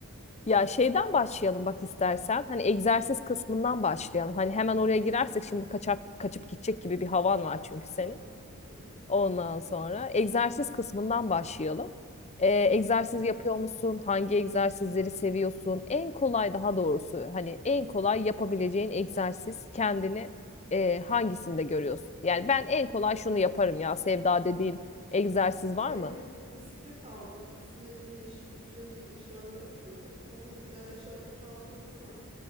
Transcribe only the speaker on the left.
Ya şeyden başlayalım bak istersen. Hani egzersiz
kısmından başlayalım. Hani hemen oraya girersek şimdi kaçak, kaçıp gidecek gibi bir havan var çünkü
senin.
Ondan sonra egzersiz kısmından başlayalım. Ee,
egzersiz yapıyor musun? Hangi egzersizleri seviyorsun? En kolay daha doğrusu hani en kolay yapabileceğin egzersiz kendini e, hangisinde görüyorsun? Yani ben en kolay şunu yaparım ya Sevda dediğin egzersiz var
mı?